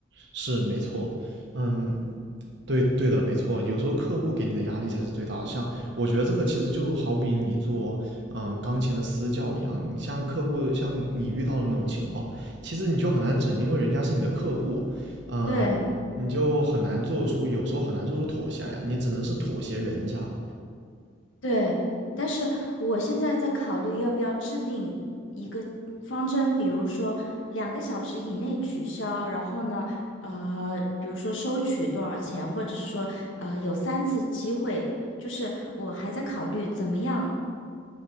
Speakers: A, on the right (about 60°); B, on the left (about 80°).
A: 是没错，嗯，对对的，没错。有时候客户给你的压力才是最大的。像我觉得这个其实就好比你做嗯钢琴的私教一样，你像客户像你遇到的那种情况，其实你就很难整，因为人家是你的客户，呃，
B: 对。
A: 你就很难做出有时候很难做出妥协来，你只能是妥协人家。
B: 对，但是我现在在考虑要不要制定一个方针，比如说两个小时以内取消，然后呢，呃，比如说收取多少钱，或者是说，呃，有三次机会，就是我还在考虑怎么样